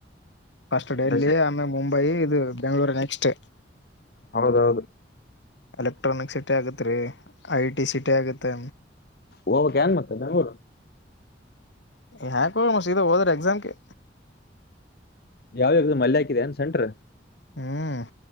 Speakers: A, on the left; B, on the left.
A: ಫಸ್ಟ್ ಡೆಲ್ಲಿ
B: ದಶೆ
A: ಆಮೇಲೆ ಮುಂಬೈ ಇದು ಬೆಂಗ್ಗಳೂರು ನೆಕ್ಸ್ಟ್.
B: ಹೌದೌದು.
A: ಎಲೆಕ್ಟ್ರಾನಿಕ್ ಸಿಟಿ ಆಗತ್ತೆ ರೀ ಐ ಟಿ ಸಿಟಿ ಆಗುತ್ತೆ.
B: ಹೋಗವಕ್ ಏನ್ ಮತ್ತ ಬೆಂಗಳೂರು.
A: ಯಾಕ ಹೋಗ ಮದಾ ಹೋದ್ರ ಎಕ್ಸಾಮ್ಗೆ.
B: ಯಾವದ ಎಕ್ಸಾಮ್ ಅಲೆ ಹಾಕಿದ್ಯಾ ಸೆಂಟರ.
A: ಹ್ಮ್